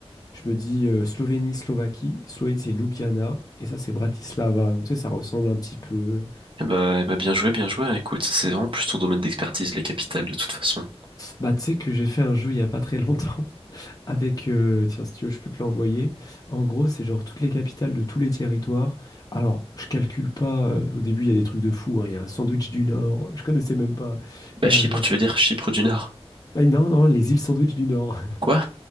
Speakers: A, on the left (about 35°); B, on the right (about 55°).
A: je me dis euh, Slovénie, Slovaquie. Slovénie, c'est Ljubljana. Et ça, c'est Bratislava. Donc, tu sais, ça ressemble un petit peu.
B: ben, eh ben, bien joué, bien joué. hein. Écoute, c'est vraiment plus ton domaine d'expertise, les capitales, de toute façon.
A: Bah, tu sais que j'ai fait un jeu il y a pas très longtemps <laughs> avec, euh, tiens, si tu veux, je peux te l'envoyer. En gros, c'est genre toutes les capitales de tous les territoires. Alors, je calcule pas. euh, au début, il y a des trucs de fou. hein. Il y a un sandwich du Nord. Je connaissais même pas.
B: Bah,
A: Il
B: Chypre,
A: y a genre,
B: tu veux
A: euh,
B: dire Chypre du Nord?
A: ah, non, non, les îles sandwich du Nord. <laughs>
B: Quoi?